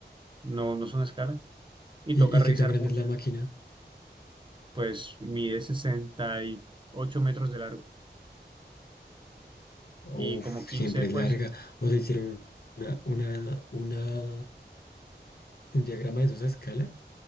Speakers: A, on the right; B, on the left.
A: no, no son a escala. Y
B: ¿Y,
A: toca
B: y
A: revisar
B: qué tan grande
A: muchas.
B: es la máquina?
A: Pues mide sesenta y ocho metros de largo
B: Uf,
A: y como 15
B: siempre
A: pues
B: es larga. O sea, hicieron una, una, una, un diagrama de esa escala,